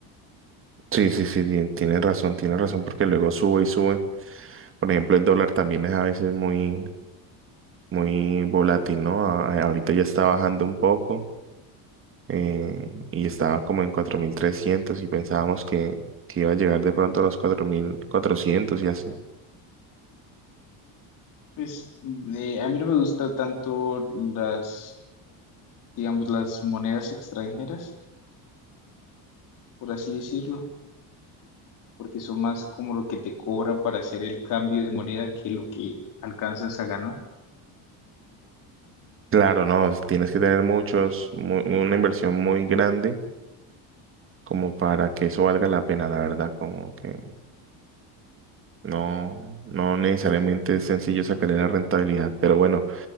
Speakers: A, on the right; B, on the left.
A: Sí, sí, sí, tien- tienes razón, tienes razón, porque luego sube y sube. Por ejemplo, el dólar también es a veces muy, muy volátil, ¿no? A- ahorita ya está bajando un poco eh, y estaba como en 4.300 y pensábamos que, que iba a llegar de pronto a los 4.400 y así.
B: Pues eh, a mí no me gusta tanto las, digamos, las monedas extranjeras, por así decirlo, porque son más como lo que te cobran para hacer el cambio de moneda que lo que alcanzas a ganar.
A: Claro, no, tienes que tener muchos, mu- una inversión muy grande como para que eso valga la pena, la verdad, como que no, no necesariamente es sencillo sacarle la rentabilidad, pero bueno,